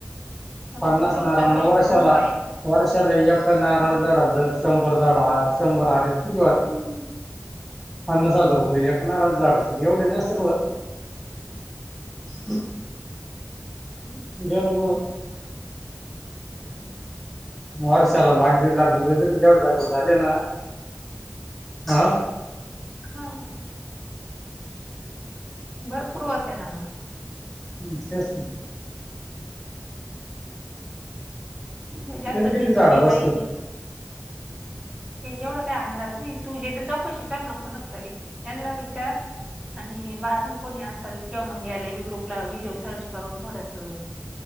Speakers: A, on the right; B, in the centre.
A: त्यामुळे
B: पन्नास
A: तू तेवढ
B: नारळ
A: चौकशी
B: वर्षाला.
A: करून पाय
B: वर्षाला एक नारळ
A: हा
B: झाडाच धर शंभर झाड हाय शंभर राहते तर किती <unintelligible> पन्नास हजार रुपये एका नारळाच्या झाडाचे एवढे नसलं होतं. <inaudible>
A: हम्म.
B: जेवलो‌ थोडं. <inaudible> वर्षाला लाख दीड लाख रुपये तरी <unintelligible> झाले ना, आ?
A: हा. भरपूर होते ना मग.
B: हम्म तेच ना.
A: काय
B: तिकडे
A: जास्त झीज
B: किती झाडं
A: नाही
B: बसतील
A: काही नाही. काही एवढा काही अंदाज नाही. तू जेथ चौकशी कर ना कूनाक तरी यांना विचार आणि बाजून कोणी असेल किंवा मग यायला युट्यूबला व्हिडिओ सर्च करून थोडंसं